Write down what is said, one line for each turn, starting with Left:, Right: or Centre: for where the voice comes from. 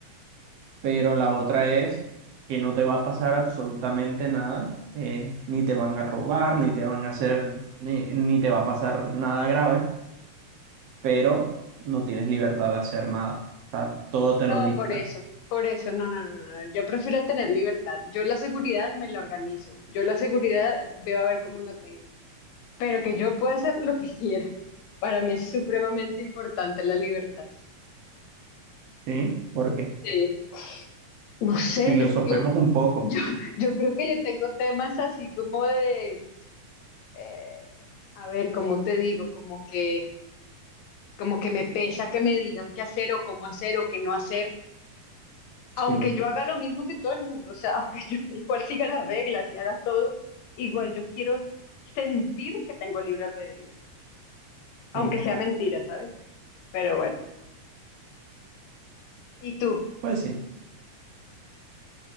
Right: Pero la otra es que no te va a pasar absolutamente nada, eh, ni te van a robar, ni te van a hacer, ni, ni te va a pasar nada grave, pero no tienes libertad de hacer nada. O sea, todo te
Left: no,
Right: lo dictan.
Left: por eso, por eso, no, no, no, no. Yo prefiero tener libertad. Yo la seguridad me la organizo. Yo la seguridad veo a ver cómo la tengo. Pero que yo pueda hacer lo que quiera. Para mí es supremamente importante la libertad.
Right: Sí, porque
Left: Sí. No sé,
Right: filosofemos
Left: yo, yo,
Right: un poco.
Left: yo, yo creo que yo tengo temas así como de, eh, a ver, ¿cómo te digo? Como que, como que me pesa que me digan qué hacer o cómo hacer o qué no hacer. Aunque
Right: Sí,
Left: yo haga lo mismo que todo el mundo, o sea, <laughs> aunque yo igual siga las reglas y haga todo, igual yo quiero sentir que tengo libre albedrío, aunque
Right: sí.
Left: sea mentira, ¿sabes? Pero bueno, ¿y tú?
Right: Pues sí,